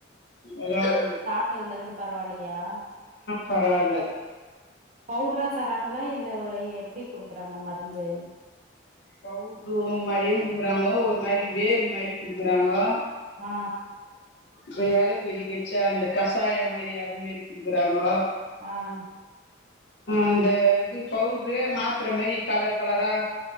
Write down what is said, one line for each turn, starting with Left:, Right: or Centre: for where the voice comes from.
Left: அதா ஒண்ணு
Right: ட்டதுல இருந்து பரவாயில்லையா
Left: பரவால்ல
Right: பவுடரா தராங்களா இல்ல எப்டி குடுக்குறாங்க மருந்து
Left: பவுட்ரு மாரியும் குடுக்றாங்கோ ஒரு மாரி வேர் மாரி குடுக்றாங்கோ
Right: ஆ
Left: தீயால கொதிக்க வச்சா அந்த கசாயம் மாரி அதுமரி குடுக்றாங்கோ
Right: ஆங்
Left: அந்த இது பவுட்ரு மாத்ர மாரி கலர் கலரா